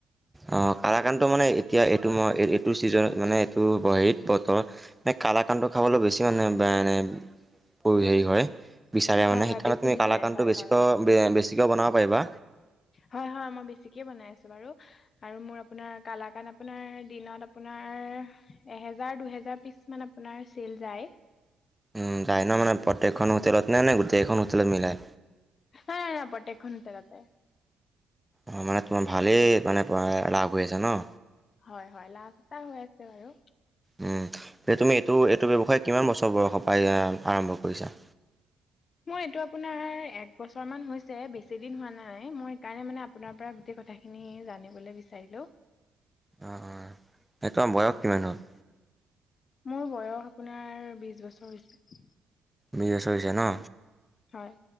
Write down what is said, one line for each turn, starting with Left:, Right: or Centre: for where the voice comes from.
Centre: অ কালাকানটো মানে এতিয়া এইটো মই এইটো ছিজনত মানে এইটো <unintelligible> বতৰ। মানে কালাকানটো খাবলৈ বেছি মানে <unintelligible> এ হেৰি হয়। বিচাৰে
Left: হয়,
Centre: মানে
Left: হয়
Centre: সেইকাৰণে
Left: বেছি
Centre: তুমি
Left: বিচাৰে
Centre: কালাকানটো
Left: হয়,
Centre: বেছিকৈ-বেছিকৈও
Left: হয়,
Centre: বনাব পাৰিবা।
Left: হয়-হয় মই বেছিকে বনাই আছো বাৰু আৰু মোৰ আপোনাৰ কালাকান আপোনাৰ দিনত আপোনাৰ আমাৰ এহেজাৰ-দুহেজাৰ পিছ মান আপোনাৰ চেল যায়।
Centre: উম! যায় ন মানে প্ৰত্যেকখন হোটেলত নে-নে গোটেইকেখন হোটেলত মিলাই?
Left: <unintelligible> প্ৰত্যেকখন হোটেলতে
Centre: অ'! মানে তোমাৰ ভালেই মানে লাভ হৈ আছে ন?
Left: হয়-হয়। লাভ এটা হৈ আছে বাৰু।
Centre: উম, তুমি এইটো-এইটো ব্যৱসায় কিমান বছৰ বয়সৰ পাই এ আৰম্ভ কৰিছা?
Left: মোৰ এইটো আপোনাৰ এক বছৰমান হৈছে। বেছি দিন হোৱা নাই, মই সেইকাৰণে মানে আপোনাৰ পৰা গোটেই কথাখিনি জানিবলে বিচাৰিলো।
Centre: অ', অ' সেই তোমাৰ বয়স কিমান হ'ল?
Left: মোৰ বয়স আপোনাৰ বিশ বছৰ হৈছে।
Centre: বিশ বছৰ হৈছে ন?
Left: হয়।